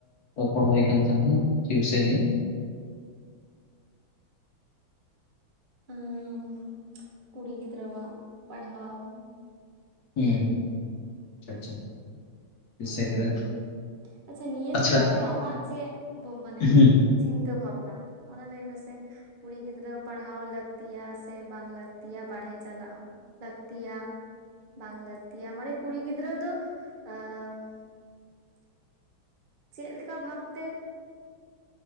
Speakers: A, on the left; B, on the right.
A: ᱨᱚᱯᱚᱲ ᱦᱩᱭ ᱠᱟᱱᱟ ᱛᱟᱢᱟ ᱪᱮᱫ ᱵᱤᱥᱚᱭ ᱱᱤᱭᱟᱹ
B: ᱟᱸ ᱠᱩᱲᱤ ᱜᱤᱫᱽᱨᱟᱹᱣᱟᱜ ᱯᱟᱲᱦᱟᱣ
A: ᱦᱮᱸ ᱦᱮᱸ ᱟᱪᱪᱷᱟ ᱟᱪᱪᱷᱟ ᱫᱤᱥᱟᱹ
B: ᱚᱱᱟ
A: ᱠᱮᱫᱟ
B: ᱱᱤᱭᱮ ᱟᱪᱪᱷᱟ ᱱᱤᱭᱟᱹ
A: ᱟᱪᱪᱷᱟ
B: ᱪᱮᱛᱟᱱ ᱨᱮ ᱟᱢᱟᱜ ᱪᱮᱫ ᱢᱟᱱᱮ
A: ᱦᱩᱸ
B: ᱪᱤᱱᱛᱟᱹ ᱵᱷᱟᱵᱱᱟ ᱚᱱᱟ ᱞᱟᱹᱭ ᱢᱮᱥᱮ ᱠᱩᱲᱤ ᱜᱤᱫᱽᱨᱟᱹ ᱯᱟᱲᱦᱟᱣ ᱞᱟᱹᱠᱛᱤᱭᱟ ᱥᱮ ᱵᱟᱝ ᱞᱟᱹᱠᱛᱤᱭᱟ ᱵᱟᱨᱦᱮ ᱪᱟᱞᱟᱜ ᱪᱟᱞᱟᱜ ᱞᱟᱹᱠᱛᱤᱭᱟ ᱵᱟᱝ ᱞᱟᱹᱠᱛᱤᱭᱟ ᱢᱟᱱᱮ ᱠᱩᱲᱤ ᱜᱤᱫᱽᱨᱟᱹ ᱫᱚ ᱟᱻ <unintelligible> ᱪᱮᱫ ᱞᱮᱠᱟ ᱵᱷᱟᱵᱛᱮ